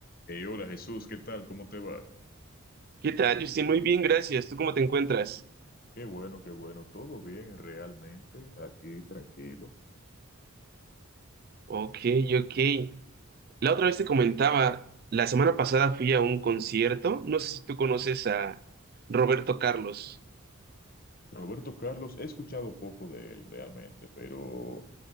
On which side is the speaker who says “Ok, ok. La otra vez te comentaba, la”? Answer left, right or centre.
Right